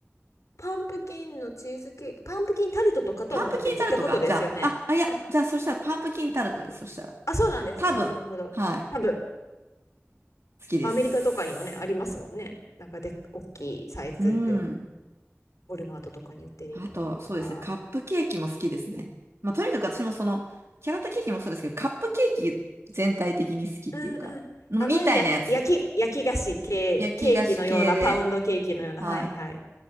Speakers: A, on the left (about 80°); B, on the right (about 60°).
A: パンプキンのチーズケーキ、パンプキンタルトとかとはまた別ってことですよね。
B: パンプキンタルトか。じゃあ、あ、あ、いや、
A: あ、
B: じゃあ、そしたらパンプキンタルトです。そしたら。
A: あ、そうなんですね。
B: 多分、
A: なるほど。
B: はい、
A: 多分、
B: 好きです。
A: アメリカとかにもね、ありますもんね。なんかで、大きいサイズでの、
B: うん。
A: ウォルマートとかに売ってるようなのとか。
B: あと、そうですね、カップケーキも好きですね。まあ、とにかく私もその、キャラットケーキもそうですけど、カップケーキ全体的に好きっていうか、
A: うんうん。
B: みたいなやつ。
A: 甘い焼き、焼き、焼き菓子系、
B: 焼き菓子系で。
A: ケーキのような、パウンドケーキのような。
B: はい。
A: はいはい。